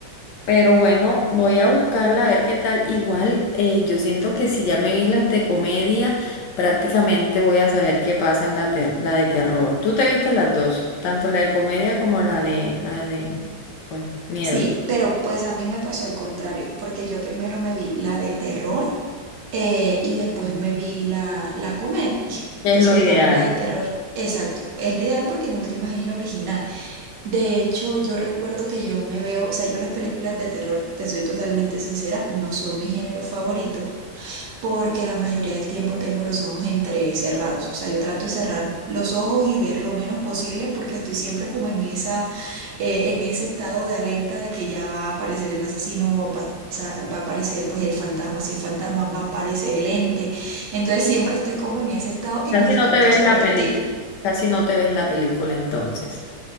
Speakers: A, on the left; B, on the right.
A: Pero bueno, voy a buscarla a ver qué tal. Igual, eh, yo siento que si ya me vi las de comedia, prácticamente voy a saber qué pasa en la, ter- la de terror. ¿Tú te viste las dos? Tanto la de comedia como la de, la de, pues, miedo.
B: Sí, pero pues a mí me pasó el contrario, porque yo primero me vi la de terror eh, y después me vi la, la comedia.
A: que
B: Entonces,
A: es lo
B: digamos
A: ideal.
B: la de terror. Exacto, es la ideal porque en últimas es la original. De hecho, yo recuerdo que yo me veo, o sea, yo las películas de terror, te soy totalmente sincera, no son mi género favorito, porque la mayoría del tiempo tengo los ojos entrecerrados. O sea, yo trato de cerrar los ojos y ver lo menos posible porque estoy siempre como en esa, eh, en ese estado de alerta de que ya va a aparecer el asesino, va a pa- pasar- va a aparecer pues el fantasma, si es fantasma, va a aparecer el ente. Entonces siempre estoy como en ese estado y
A: Casi
B: prefiero
A: no te
B: entonces
A: ves la
B: otro
A: película,
B: tipo.
A: casi no te ves la película entonces.